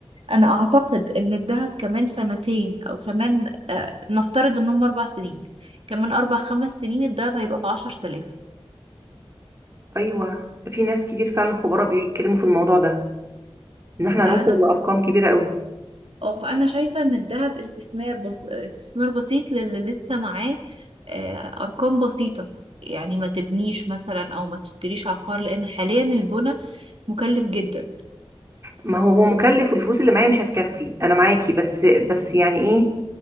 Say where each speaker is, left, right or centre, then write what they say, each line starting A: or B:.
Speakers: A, on the right; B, on the right.
A: انا اعتقد ان الذهب كمان سنتين او كمان آه نفترض انهم اربع سنين كمان اربع خمس سنين الذهب هيبقى بعشر تلاف
B: ايوه في ناس كتير فعلا خبراء بيتكلموا في الموضوع ده ان احنا
A: فانا
B: هنوصل لارقام كبيره قوي
A: اه فانا شايفه ان الذهب استثمار بس استثمار بسيط للي لسه معاه آه، ارقام بسيطه يعني ما تبنيش مثلا او ما تشتريش عقار لان حاليا البنى مكلف جدا
B: ما هو هو مكلف والفلوس اللي معايا مش هتكفي انا معاكي بس بس يعني ايه